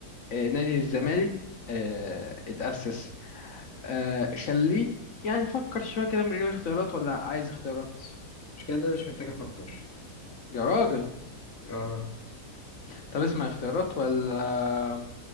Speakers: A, on the left; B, on the left.
A: آه، نادي الزمالك أه اتأسس آه خليك يعني فكر شوية كده من غير اختيارات ولا عايز اختيارات
B: مش كده انا مش محتاج افكر
A: يا راجل
B: اه
A: طب اسمع اختيارات ولا